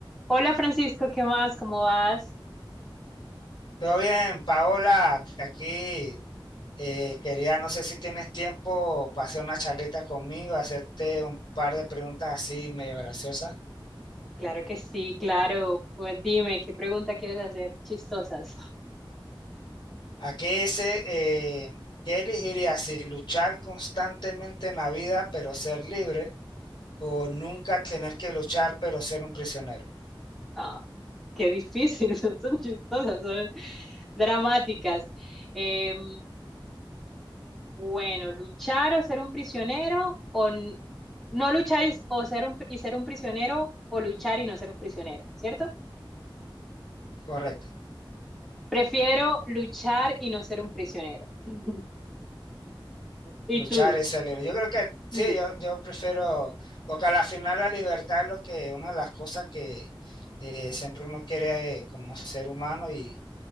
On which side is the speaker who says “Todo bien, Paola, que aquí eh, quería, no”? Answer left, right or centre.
Left